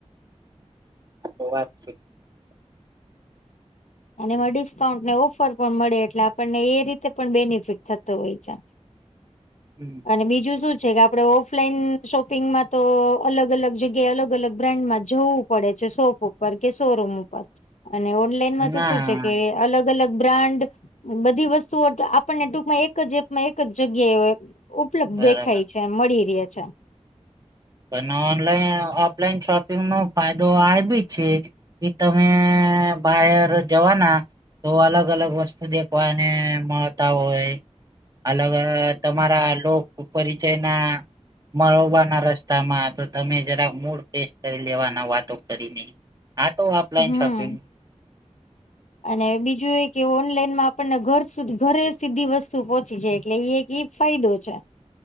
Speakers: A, on the right; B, on the left.
A: બહુ વાત થઈ.
B: અને એમાં ડિસ્કાઉન્ટને ઓફર પણ મળે એટલે આપણને એ રીતે પણ બેનિફિટ થતો હોય છે.
A: હમ
B: અને બીજું શું છે કે આપણે ઓફલાઈન શોપિંગમાં તો અલગ અલગ જગ્યાએ અલગ અલગ બ્રાન્ડમાં જવું. પડે છે. શોપ ઉપર કે શોરૂમ ઉપર અને ઓનલાઈનમાં
A: ના
B: તો શું છે કે અલગ અલગ બ્રાન્ડ બધી વસ્તુઓ આપણને ટૂંકમાં એક જ એપમાં એક જ જગ્યાએ હોય. ઉપલબ્ધ
A: બરાબર
B: દેખાય છે મળી રહે છે.
A: પણ ઓનલાઈન ઓફલાઈન શોપિંગ નો ફાયદો આ ભી છે. એ તમે બાયર જવાના તો અલગ અલગ વસ્તુ દેખવાને મળતા હોય. અલગ અલગ તમારા લોક પરિચયના મળવાના રસ્ત તામા તો તમે જરાક મૂળ ફ્રેશ કરી લેવાના વાતો કરીને. આ તો ઓફલાઈન
B: હમ.
A: શોપિંગ
B: અને બીજું એ કે ઓનલાઈનમાં આપણને ઘર સુધી ઘરે સીધી વસ્તુ પહોંચી જાય એટલે ઈ એક ઈજ ફાયદો છે.